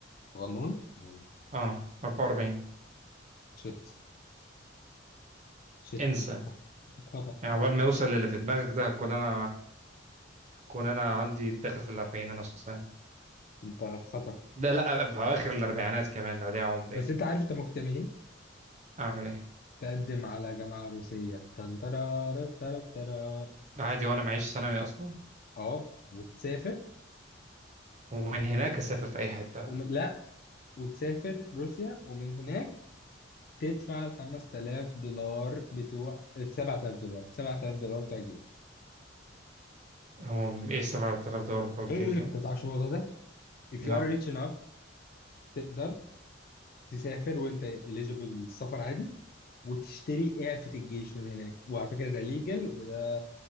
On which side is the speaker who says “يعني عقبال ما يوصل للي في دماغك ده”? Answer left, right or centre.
Right